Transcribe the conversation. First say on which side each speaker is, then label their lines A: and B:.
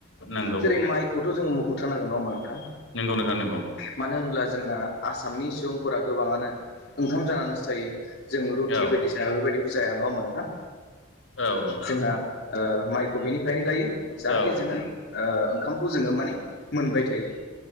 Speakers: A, on the left; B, on the left.
A: नंगौ
B: जेरै माइखौथ' जोङो मुखुथारनांगोन नङा होमबा नोंथां।
A: नंगौ नोंथां नंगौ
B: मानो होनब्ला जोंना आसामनि सुबुंफोरा गोबाङानो ओंखाम जानानैसो थायो। जों रुटि
A: औ
B: बायदिसिना बेफोरबायदिबो जाया नङा होमा नोंथां।
A: औ नोंथां
B: जोंहा माइखौ बिनिफ्रायनो गायो जाहाथे
A: औ
B: जोङो ओ ओंखामखौ जोङो माने मोनबाय थायो।